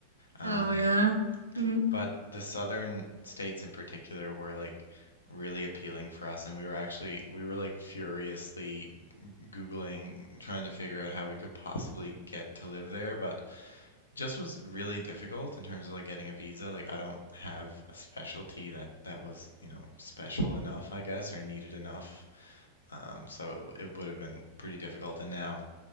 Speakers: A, on the left; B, on the right.
A: Um,
B: Oh yeah. Mhm.
A: but the southern states in particular were like really appealing for us, and we were actually we were like furiously Googling trying to figure out how we could possibly get to live there, but just was really difficult in terms of like getting a visa. Like I don't have a specialty that that was, you know, special enough, I guess, or needed enough. Um, so it, it would have been pretty difficult. And now,